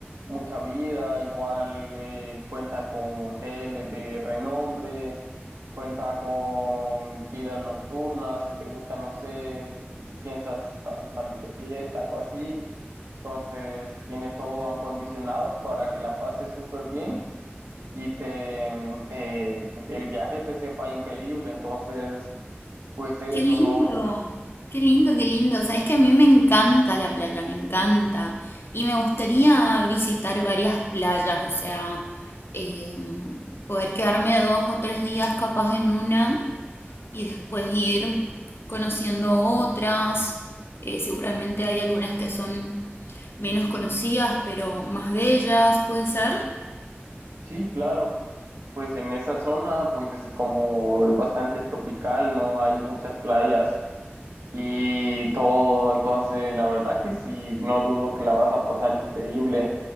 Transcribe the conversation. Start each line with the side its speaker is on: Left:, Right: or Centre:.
Right: mucha vida, igual eh, cuentan con hoteles de renombre, cuenta con vidas nocturnas, si te gusta, no sé, piensas sal- salir de fiesta, algo así, entonces tiene todo acondicionado para que la pases súper bien y te, te- el viaje te sepa increíble, entonces... Pues eso,
Left: Qué lindo,
Right: ¿no?
Left: qué lindo, qué lindo. Sabes que a mí me encanta la playa, me encanta. Y me gustaría visitar varias playas, o sea, eh, poder quedarme dos o tres días capaz en una y después ir conociendo otras. Eh, seguramente hay algunas que son menos conocidas, pero más de ellas, puede ser.
Right: Sí, claro. Pues en esa zona, pues es como es bastante tropical, no hay muchas playas y todo. Entonces, la verdad que sí, no dudo que la vas a pasar increíble.